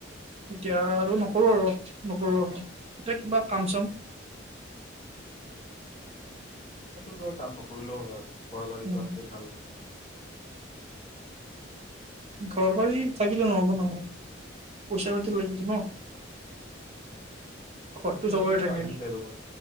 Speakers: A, on the right; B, on the left.
A: এতিয়া আৰু নকৰো আৰু নকৰো আৰু এতিয়া কিবা কাম চাম
B: তোমো ধৰ কাম নকৰিলেও হয় ঘৰ বাৰী
A: উম
B: আছে ভাল
A: ঘৰ বাৰী থাকিলে নহ'ব নহয় পইচা পাতি লাগিব ন
B: <inaudible>
A: ঘৰটো
B: পইচা
A: চবৰে
B: পাতিতো
A: থাকে
B: আহি যায় ৰ'বা